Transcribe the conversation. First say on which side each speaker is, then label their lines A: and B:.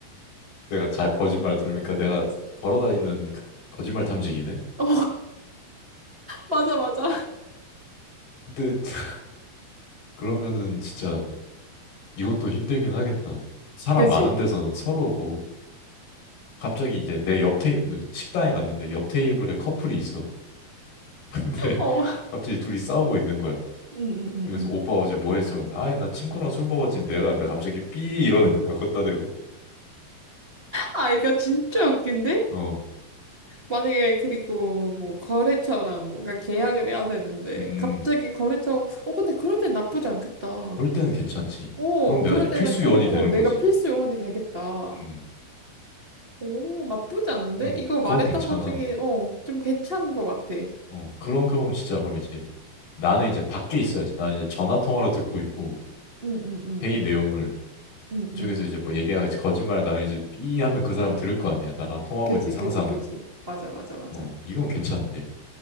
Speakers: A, on the left; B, on the right.
A: 내가 자, 거짓말 들으니까 내가 걸어다니는 그 거짓말 탐지기네?
B: <laughs> 어, 맞아 맞아.
A: 근데 <laughs> 그러면은 진짜 이것도 힘들긴 하겠다. 사람
B: 그지?
A: 많은 데서는 서로 뭐 갑자기 이제 내 옆 테이 식당에 갔는데 옆 테이블에 커플이 있어. <laughs> 근데
B: 어.
A: 갑자기 둘이 싸우고 있는 거야.
B: 응응응응.
A: 그래서 오빠 어제 뭐 했어? 아니 나 친구랑 술 먹었지. 내가 근데 갑자기 삐 이러는 거야. <laughs> 걷다 대고.
B: 아, 이거 진짜 웃긴데?
A: 어,
B: 만약에 그리고 뭐 거래처랑 뭔가 계약을 해야 되는데
A: 음,
B: 갑자기 거래처 어 근데 그럴 땐 나쁘지 않겠다.
A: 그럴 때는 괜찮지.
B: 어
A: 그럼 내가
B: 그럴
A: 이제 필수
B: 때는 꼭
A: 요원이 되는
B: 어 내가
A: 거지.
B: 필수 요원이 되겠다.
A: 음,
B: 오 나쁘지 않은데?
A: 음,
B: 이거
A: 그건
B: 말했던
A: 괜찮아.
B: 것 중에 어 좀 괜찮은 것 같아.
A: 어, 그런 경우 진짜 그럼 이제 나는 이제 밖에 있어야지. 나는 이제 전화 통화로 듣고 있고
B: 응응응.
A: 회의 내용을
B: 응응.
A: 그쪽에서 이제 뭐 얘기하겠지 거짓말 나는 이제 삐 하면 그 사람 들을 거 아니야. 나랑 통하고
B: 그지
A: 있는 상사는.
B: 그지 그지 맞아 맞아 맞아.
A: 어, 이건 괜찮네.